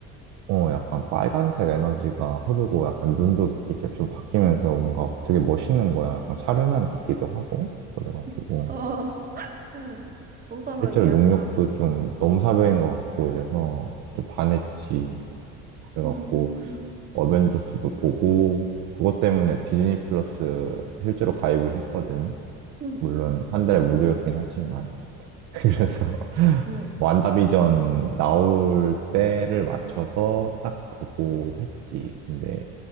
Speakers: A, on the right; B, on the right.
A: 어, 약간 빨간색 에너지가 흐르고 약간 눈도 이제 좀 바뀌면서 뭔가 되게 멋있는 거야. 약간 사르난 같기도 하고. 그래가지고.
B: <laughs> 어, 응. 웃어서
A: 실제로
B: 미안하다.
A: 능력도 좀 너무 사벽인 것 같고 이래서 좀 반했지. 그래갖고
B: 음,
A: 어벤져스도 보고 그것 때문에 디즈니 플러스 실제로 가입을 했거든.
B: 응,
A: 물론 한 달에 무료였긴 하지만 <laughs> 그래서
B: 응.
A: 완다비전 나올 때를 맞춰서 딱 보고 했지. 근데